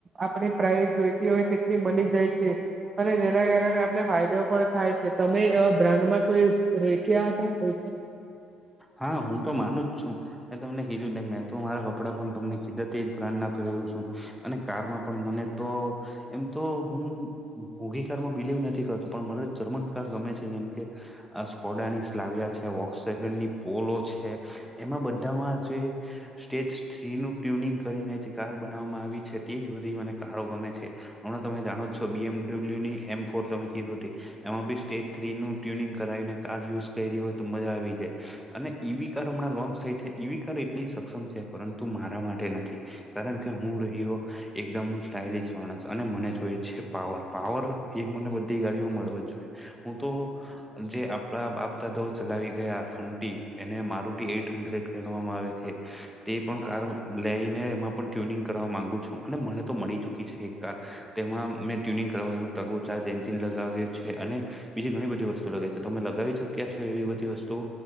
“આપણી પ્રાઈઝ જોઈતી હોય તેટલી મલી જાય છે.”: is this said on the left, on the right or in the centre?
Right